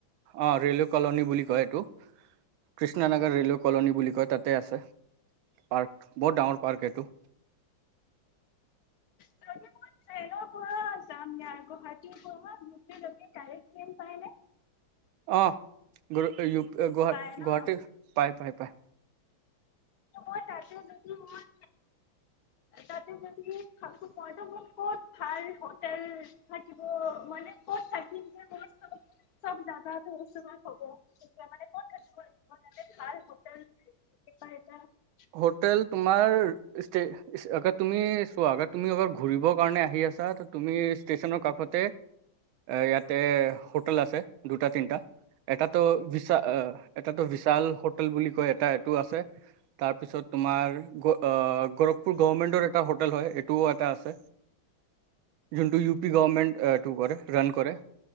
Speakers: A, on the right; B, on the left.
A: অ ৰেলৱে কলনী বুলি কয় এইটো কৃষ্ণ নগৰ ৰেলৱে কলনী বুলি কয় তাতে আছে পাৰ্ক বহুত ডাঙৰ পাৰ্ক এইটো
B: যদি মই ট্ৰেইনৰ পৰা যাম নে গুৱাহাটীৰ পৰাে কাইৰে্ট ট্ৰেইন পাই ন
A: অ গ গুৱাহাট
B: পায় ন
A: গুৱাহাটী পায় পায় পায়
B: মই তাতে যদি মই তাতে যদি খো মইতো মোৰ কত ভাল হোটেল থাকিব মানে কত থাকিম যে মোৰ চব চব জাগাছ মই কব তেতিয়া মানে ক'ত থাকিব লাগিব মই তাতে ভাল হোটেল প
A: হোটেল তোমাৰ ষ্টে আগাৰ তুমি চোৱা আগাৰ তুমি অ ঘূৰিবৰ কাৰণে আহি আছা ত তুমি ষ্টেচনৰ কাষত ইয়াতে হোটেল আছে দুটা তিনিটা এটাতো বিশাল এটাতো বিশাল হোটেল বুলি কয় এটা টো আছে তাৰ পিছত তোমাৰ গৰখপুৰ গমেন্টৰ এটা হোটেল হয় টো এটা আছে যোনটো ইউ পি গভমেণ্ট এইটো কৰে ৰাণ কৰে